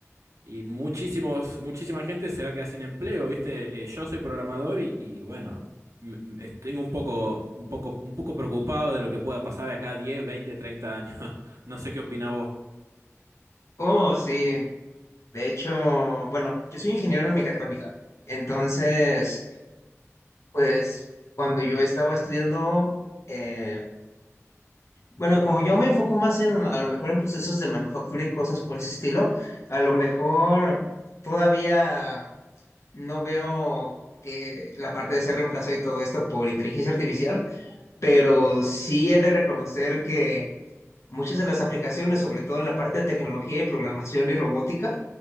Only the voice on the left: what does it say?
Oh, sí. De hecho, bueno, yo soy ingeniero en mecatrónica. Entonces, pues cuando yo estaba estudiando, eh, bueno, como yo me enfoco más en, a lo mejor en procesos de manufactura y cosas por ese estilo, a lo mejor todavía no veo que la parte de ser reemplazado y todo esto por inteligencia artificial, pero sí he de reconocer que muchas de las aplicaciones, sobre todo en la parte de tecnología y programación y robótica,